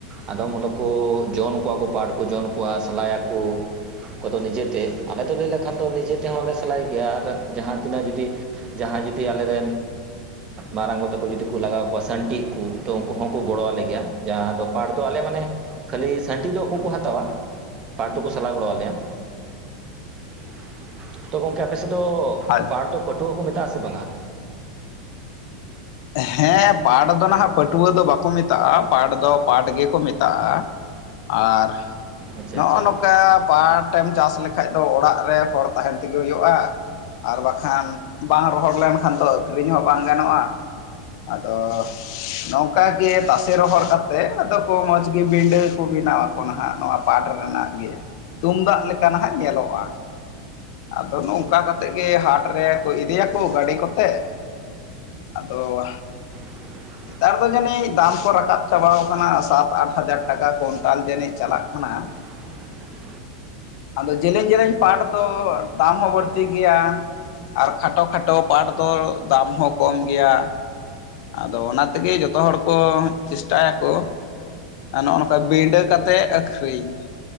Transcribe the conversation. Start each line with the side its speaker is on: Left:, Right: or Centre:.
Right: ᱟᱫᱚᱢ ᱩᱰᱩᱠ ᱠᱚ ᱡᱚᱱ ᱠᱚᱣᱟ ᱠᱚ ᱯᱟᱴ ᱠᱚ ᱡᱚᱱ ᱠᱚᱣᱟ ᱥᱟᱞᱟᱭ ᱟᱠᱚ᱾ ᱠᱚᱫᱚ ᱱᱤᱡᱮᱛᱮ ᱟᱞᱮ ᱫᱚ ᱞᱟᱹᱭ ᱞᱮᱠᱷᱟᱱ ᱫᱚ ᱱᱤᱡᱮ ᱛᱮᱦᱚᱸᱞᱮ ᱥᱟᱞᱟᱭ ᱜᱮᱭᱟ ᱟᱨ ᱡᱟᱦᱟᱸ ᱛᱤᱱᱟᱹᱜ ᱡᱩᱫᱤ ᱡᱟᱦᱟᱸᱭ ᱡᱩᱫᱤ ᱟᱞᱮ ᱨᱮᱱ ᱢᱟᱨᱟᱝ ᱜᱚ ᱛᱟᱠᱚ ᱡᱩᱫᱤ ᱠᱚ ᱞᱟᱜᱟᱣ ᱠᱚᱣᱟ ᱥᱟᱹᱱᱴᱤᱜ ᱠᱚ ᱛᱚ ᱩᱱᱠᱩ ᱦᱚᱸᱠᱚ ᱜᱚᱲᱚ ᱟᱞᱮ ᱜᱮᱭᱟ ᱾ ᱡᱟᱦᱟᱸ ᱫᱚ ᱯᱟᱴ ᱫᱚ ᱟᱞᱮ ᱢᱟᱱᱮ ᱠᱷᱟᱹᱞᱤ ᱥᱟᱹᱱᱴᱤ ᱫᱚ ᱟᱠᱚ ᱠᱚ ᱦᱟᱛᱟᱣᱟ᱾ ᱯᱟᱴ ᱫᱚᱠᱚ ᱥᱟᱞᱟ ᱜᱚᱲᱚ ᱟᱞᱮᱭᱟ ᱾ ᱛᱚ ᱜᱚᱝᱠᱮ ᱟᱯᱮ ᱥᱮᱫ ᱫᱚ
Left: ᱟᱡ
Right: ᱯᱟᱴ ᱫᱚ ᱯᱟᱹᱴᱷᱩᱣᱟᱹ ᱠᱚ ᱢᱮᱛᱟᱜ ᱟᱥᱮ ᱵᱟᱝ ᱟ ᱾
Left: ᱦᱮᱸ ᱯᱟᱴ ᱫᱚ ᱱᱟᱦᱟᱸᱜ ᱯᱟᱹᱴᱷᱩᱣᱟᱹ ᱫᱚ ᱵᱟᱠᱚ ᱢᱮᱛᱟᱜ-ᱟ, ᱯᱟᱴ ᱫᱚ ᱯᱟᱴ ᱜᱮᱠᱚ ᱢᱮᱛᱟᱜ-ᱟ᱾ ᱟᱨ
Right: ᱟᱪᱪᱷᱟ
Left: ᱱᱚᱜᱚ
Right: ᱟᱪᱪᱷᱟ
Left: ᱱᱚᱝᱠᱟ ᱯᱟᱴ ᱯᱟᱴᱮᱢ ᱪᱟᱥ ᱞᱮᱠᱷᱟᱡ ᱫᱚ ᱚᱲᱟᱜ ᱨᱮ ᱦᱚᱲ ᱛᱟᱦᱮᱱ ᱛᱮᱜᱮ ᱦᱩᱭᱩᱜ-ᱟ ᱾ ᱟᱨ ᱵᱟᱠᱷᱟᱱ ᱵᱟᱝ ᱨᱚᱦᱚᱲ ᱞᱮᱱᱠᱷᱟᱱ ᱫᱚ ᱟᱹᱠᱷᱨᱤᱧ ᱦᱚᱸ ᱵᱟᱝ ᱜᱟᱱᱚᱜ-ᱟ ᱾ ᱟᱫᱚᱻ ᱱᱚᱝᱠᱟ ᱜᱮ ᱛᱟᱥᱮ ᱨᱚᱦᱚᱲ ᱠᱟᱛᱮᱫ ᱟᱫᱚ ᱠᱚ ᱢᱚᱸᱡᱽ ᱜᱮ ᱵᱤᱸᱰᱟᱹ ᱠᱚ ᱵᱮᱱᱟᱣᱟ ᱾ ᱚᱱᱟ ᱦᱟᱸᱜ ᱱᱚᱣᱟ ᱯᱟᱴ ᱨᱮᱱᱟᱜ ᱜᱮ ᱛᱩᱢᱫᱟᱜ ᱞᱮᱠᱟ ᱱᱟᱦᱟᱸᱜ ᱧᱮᱞᱚᱜ-ᱟ᱾ ᱟᱫᱚ ᱱᱚᱝᱠᱟ ᱠᱟᱛᱮᱫ ᱜᱮ ᱦᱟᱴ ᱨᱮᱠᱚ ᱤᱫᱤᱭ ᱟᱠᱚ ᱜᱟᱹᱰᱤ ᱠᱚᱛᱮ ᱾ ᱟᱫᱚᱻ
Right: <unintelligible>
Left: ᱱᱮᱛᱟᱨ ᱫᱚ ᱡᱟᱹᱱᱤᱡ ᱫᱟᱢ ᱠᱚ ᱨᱟᱠᱟᱵ ᱪᱟᱵᱟ ᱟᱠᱟᱶᱱᱟ ᱥᱟᱛ ᱟᱴ ᱦᱟᱡᱟᱨ ᱴᱟᱠᱟ ᱠᱚᱱᱴᱟᱞ ᱡᱟᱹᱱᱤᱡ ᱪᱟᱞᱟᱜ ᱠᱟᱱᱟ ᱾
Right: <unintelligible>
Left: ᱟᱫᱚ ᱡᱮᱞᱮᱧ ᱡᱮᱞᱮᱧ ᱯᱟᱴ ᱫᱚ ᱫᱟᱢ ᱦᱚᱸ ᱵᱟᱹᱲᱛᱤ ᱜᱮᱭᱟ ᱾ ᱟᱨ ᱠᱷᱟᱴᱚ ᱠᱷᱟᱴᱚ ᱯᱟᱴ ᱫᱚ ᱫᱟᱢ ᱦᱚᱸ ᱠᱚᱢ ᱜᱮᱭᱟ ᱾ ᱟᱫᱚ ᱚᱱᱟ ᱛᱮᱜᱮ ᱡᱚᱛᱚ ᱦᱚᱲ ᱠᱚ ᱪᱮᱥᱴᱟᱭ ᱟᱠᱚ ᱟᱨ ᱱᱚᱜᱚ ᱱᱚᱝᱠᱟ ᱵᱤᱸᱰᱟᱹ ᱠᱟᱛᱮᱫ ᱟᱹᱠᱷᱨᱤᱧ ᱾